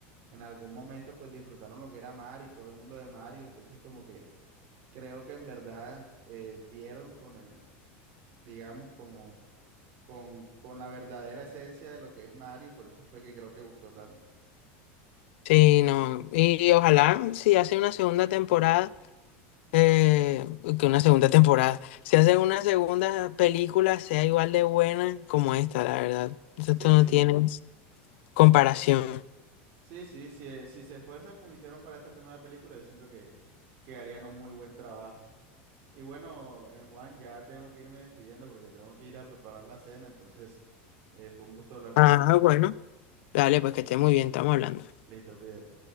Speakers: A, on the right; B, on the left.
A: en algún momento pues disfrutaron lo que era Mario y todo el mundo de Mario, entonces como que creo que en verdad eh, dieron con el, digamos, como con, con la verdadera esencia de lo que es Mario y por eso fue que creo que gustó tanto.
B: Sí, no. Y, y ojalá si hace una segunda temporada. eh, que una segunda temporada. Si hacen una segunda película, sea igual de buena como esta, la verdad. Esto
A: Sí,
B: no
A: sí.
B: tiene comparación.
A: Sí, sí, sí, eh, si se esfuerzan como hicieron para esta primera película, yo siento que, que harían un muy buen trabajo. Y bueno, eh, Juan, ya tengo que irme despidiendo porque tengo que ir a preparar la cena, entonces eh, fue un gusto hablar contigo.
B: Ah, bueno. Dale, pues que esté muy bien, estamos hablando.
A: Listo, cuídate.